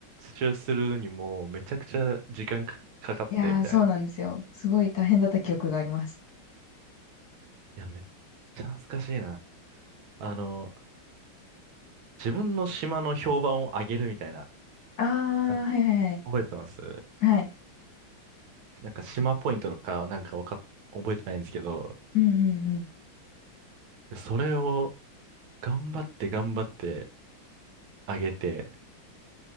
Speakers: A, on the right; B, on the left.
A: 手するにも、めちゃくちゃ時間か、かかって、
B: いやー、
A: みたいな。
B: そうなんですよ。すごい大変だった記憶があります。
A: いや、めっちゃ懐かしいな。あの、自分の島の評判を上げるみたいな、
B: ああ、
A: な
B: はいはいはい。
A: 覚えてます
B: はい。
A: なんか島ポイントか、なんかわかっ、覚えてないんですけど、
B: うんうんうん。
A: それを頑張って頑張って上げて、